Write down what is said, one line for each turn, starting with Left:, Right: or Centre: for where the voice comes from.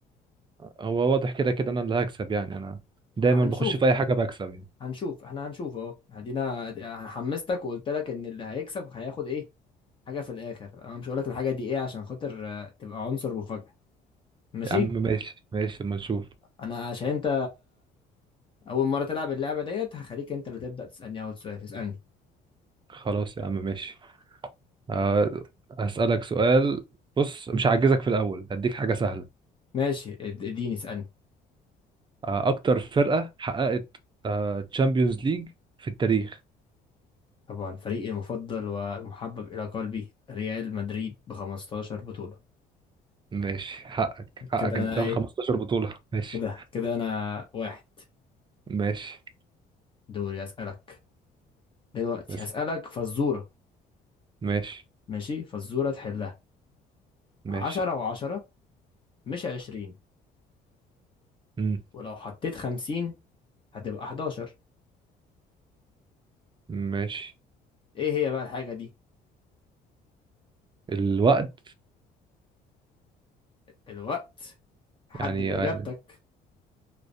Right: هو واضح كده كده انا اللي هكسب يعني انا دايما
Left: هنشوف
Right: بخش في اي حاجه بكسب يعني
Left: هنشوف احنا هنشوف اهو هدينا أنا حمستك وقلت لك ان اللي هيكسب هياخد ايه حاجه في الاخر انا مش هقول لك الحاجه دي ايه عشان خاطر آه، تبقى عنصر مفاجاه ماشي
Right: يا عم ماشي ماشي اما نشوف
Left: انا عشان انت اول مره تلعب اللعبه ديت هخليك انت اللي تبدا تسالني اول سؤال اسالني
Right: خلاص يا عم ماشي أه هسألك سؤال بص مش هعجزك في الاول هديك حاجه سهله
Left: ماشي اد- اديني اسالني
Right: أه اكتر فرقه حققت أه تشامبيونز ليج في التاريخ
Left: طبعا فريقي المفضل والمحبب الى قلبي ريال مدريد ب 15 بطوله
Right: ماشي حقك حقك
Left: كده انا
Right: انت داخل
Left: ايه
Right: 15 بطوله ماشي
Left: كده كده انا واحد
Right: ماشي
Left: دوري اسالك دلوقتي
Right: بس
Left: هسالك فزوره
Right: ماشي
Left: ماشي فزوره تحلها
Right: ماشي
Left: 10 و10 مش 20
Right: امم
Left: ولو حطيت 50 هتبقى 11
Right: ماشي
Left: ايه هي بقى الحاجه دي
Right: الوقت
Left: الوقت حدد
Right: يعني
Left: اجابتك